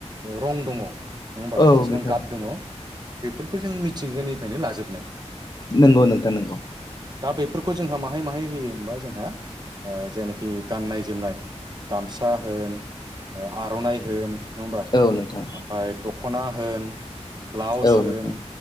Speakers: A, on the right; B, on the left.
A: रं दङ' नङा होमबा
B: औ
A: जेसेबां
B: नोंथां
A: गाब दङ बेफोरखौ जों मिथिंगानिफ्रायनो लाजोबनाय।
B: नोंगौ नोंथां नोंगौ।
A: दा बेफोरखौ जोंहा माहाय माहाय होयो होमबा जोंहा ओ जेनाखि गाननाय-जोमनाय गामसा होन आर'नाइ होन नङा होमबा
B: औ नोंथां
A: ओमफाय दख'ना होन ब्लाउस
B: औ
A: होन
B: नोंथां